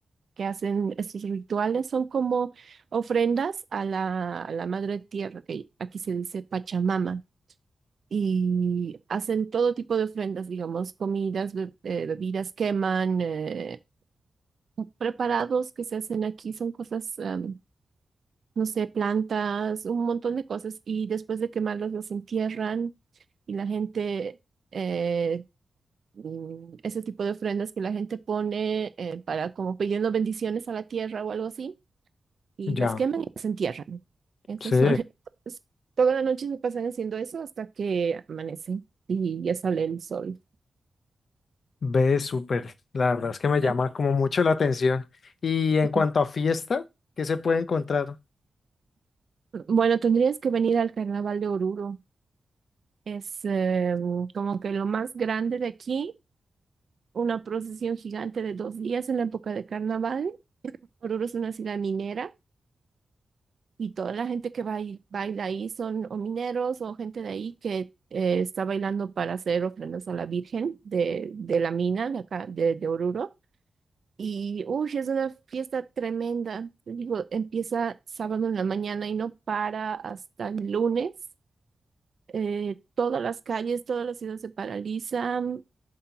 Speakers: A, on the right; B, on the left.
A: que hacen estos rituales, son como ofrendas a la, a la madre tierra, que aquí se dice Pachamama, y hacen todo tipo de ofrendas, digamos, comidas, be- eh, bebidas, queman, eh, preparados que se hacen aquí, son cosas, am, no sé, plantas, un montón de cosas, y después de quemarlas las entierran y la gente eh, mm, ese tipo de ofrendas que la gente pone eh, para como pidiendo bendiciones a la tierra o algo así, y
B: Ya,
A: las queman y las entierran. Esos
B: sí.
A: son. <laughs> Entonces, toda la noche se pasan haciendo eso hasta que amanece y ya sale el sol.
B: Ve, súper. La verdad es que me llama
A: <laughs>
B: como mucho la atención. Y en
A: Sí.
B: cuanto a fiesta, ¿qué se puede encontrar?
A: Bueno, tendrías que venir al Carnaval de Oruro. Es eh, como que lo más grande de aquí, una procesión gigante de dos días en la época de carnaval. Oruro es una ciudad minera y toda la gente que bai- baila ahí son o mineros o gente de ahí que eh, está bailando para hacer ofrendas a la Virgen de, de la mina de acá, de, de Oruro. Y, uy, es una fiesta tremenda. Te digo, empieza sábado en la mañana y no para hasta el lunes. Eh, todas las calles, toda la ciudad se paralizan.